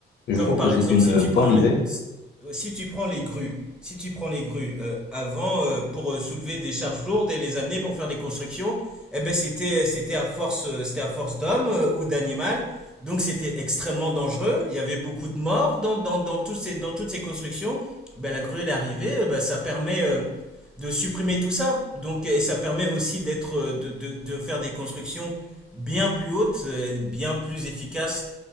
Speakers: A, on the left; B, in the centre.
A: Je
B: Comme
A: trouve
B: par
A: que c'est
B: exemple,
A: une
B: si tu
A: euh, bonne
B: prends
A: idée.
B: les, si euh, si tu prends les grues, si tu prends les grues, euh, avant, euh, pour euh, soulever des charges lourdes et les amener pour faire des constructions, eh ben c'était euh, c'était à force euh, c'était à force d'hommes euh, ou d'animal, donc c'était extrêmement dangereux. Il y avait beaucoup de morts dans dans dans tous ces dans toutes ces constructions. Ben la grue elle est arrivée, euh, ben, ça permet euh, de supprimer tout ça. Donc et ça permet aussi d'être euh, de, de de faire des constructions bien plus hautes, euh, bien plus efficaces